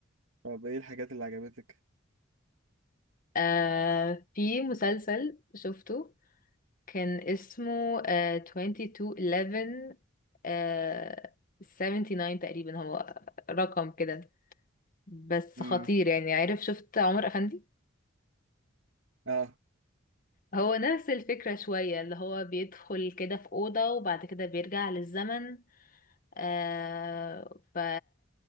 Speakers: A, on the right (about 80°); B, on the left (about 45°).
A: طب ايه الحاجات اللي عجبتك
B: آه في مسلسل شفته كان اسمه آه 2211 آه 79 تقريبا هو رقم كده بس
A: امم
B: خطير يعني عارف شفت عمر افندي
A: اه
B: هو نفس الفكرة شوية اللي هو بيدخل كده في أوضة وبعد كده بيرجع للزمن آه ف...